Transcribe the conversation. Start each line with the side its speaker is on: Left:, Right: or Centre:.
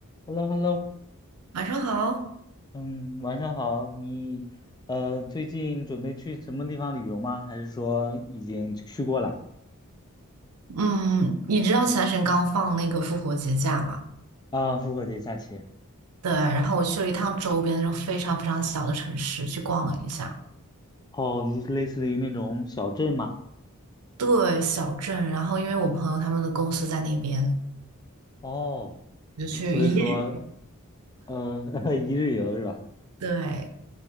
Left: Hello，Hello，
Right: 晚上好，
Left: 嗯，晚上好。你呃，最近准备去什么地方旅游吗？还是说已经去过了？
Right: 嗯，你知道前段时间刚放那个复活节假吗？
Left: 啊，复活节假期。
Right: 对，然后我去了一趟周边那种非常非常小的城市去逛了一下，
Left: 哦，就是类似于那种小镇吗？
Right: 对，小镇。然后因为我朋友他们的公司在那边，
Left: 哦，
Right: 就去一日。
Left: 所以说，嗯、呃，<laughs> 一日游是吧？
Right: 对，